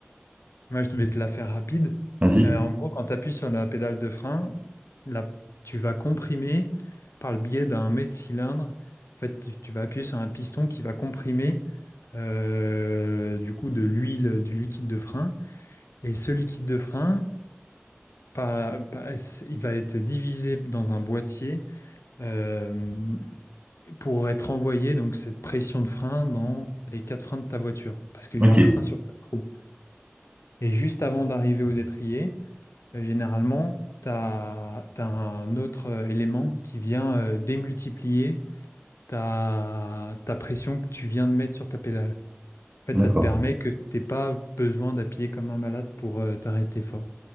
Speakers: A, on the left; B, on the right.
A: Moi, je vais te la faire rapide.
B: Vas-y.
A: Euh, en gros, quand tu appuies sur la pédale de frein, là, tu vas comprimer par le biais d'un mets de cylindre. En fait, tu tu vas appuyer sur un piston qui va comprimer euh, du coup de l'huile, du liquide de frein. Et ce liquide de frein, par- par- il va être divisé dans un boîtier euh, pour être envoyé, donc cette pression de frein, dans les quatre freins de ta voiture. Parce qu'il
B: Ok,
A: y a un frein sur ta roue. Et juste avant d'arriver aux étriers, euh, généralement, tu as, un autre euh, élément qui vient euh, démultiplier ta, ta pression que tu viens de mettre sur ta pédale. En
B: d'accord.
A: fait, ça te permet que tu n'aies pas besoin d'appuyer comme un malade pour euh, t'arrêter fort.